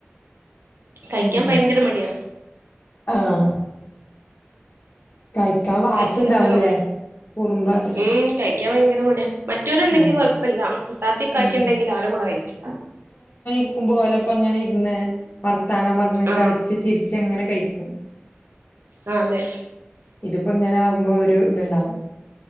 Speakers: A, on the right; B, on the left.
A: കയ്ക്കാൻ
B: ഉം
A: ഭയങ്കര മടിയാ
B: ആഹ് കഴിക്കാൻ വാശി
A: കയ്ച്ച്
B: ഉണ്ടാവുംല്ലേ
A: കിട്ടണം
B: കുറുമ്പാക്കര
A: ഉം കയ്ക്കാൻ ഭയങ്കര മടിയാ മറ്റോരുണ്ടെങ്കി
B: ഉം
A: കൊയപ്പല്ല ഇത്താത്തിം ഇക്കാക്കി
B: ഉം
A: ഇണ്ടെങ്കി ആരെ കൂടെ കയ്ക്കും
B: ക്കുമ്പോലപ്പം അങ്ങനെ ഇരുന്ന് വർത്താനം പറഞ്ഞ്
A: ആഹ്
B: കളിച്ചു ചിരിച്ച് അങ്ങനെ കയിക്കും
A: ആഹ് അതെ
B: ഇതിപ്പോ ഇങ്ങനെ ആവ്മ്പോ ഒരു ഇതുണ്ടാവും